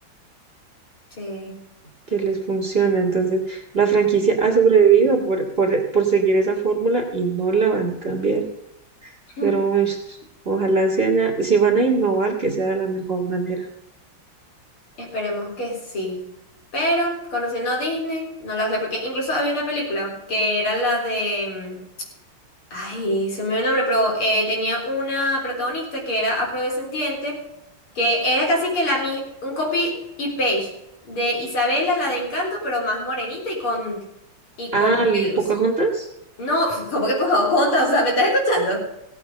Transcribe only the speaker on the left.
Sí.
<clears throat>
Esperemos que sí. Pero conociendo a Disney, no lo sé, porque incluso había una película que era la de... mm, Ay, se me olvidó el nombre, pero eh, tenía una protagonista que era afrodescendiente, que era casi que la mi- un copy y page de Isabela, la de Encanto, pero más morenita y con, y
con
pelos.
No, <laughs> como que por favor, conta, o sea, ¿me estás escuchando?